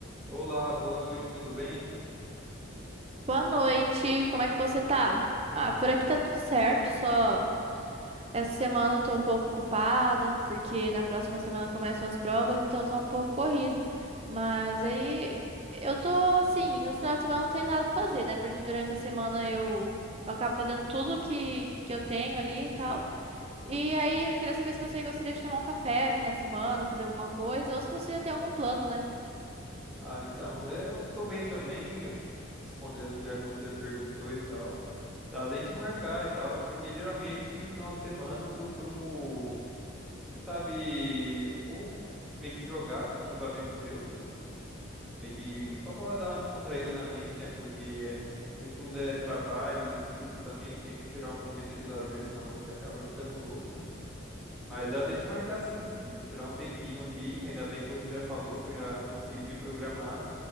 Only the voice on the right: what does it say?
Boa noite, como é que você tá? Ah, por aqui tá tudo certo, só essa semana eu tô um pouco ocupada, porque na próxima semana começam as provas, então tá um pouco corrido. Mas aí eu tô assim, no final de semana não tem nada pra fazer, né? Porque durante a semana eu, eu acabo fazendo tudo que, que eu tenho ali e tal. E aí eu queria saber se você gostaria de tomar um café final de semana, fazer alguma coisa, ou se você já tem algum plano, né?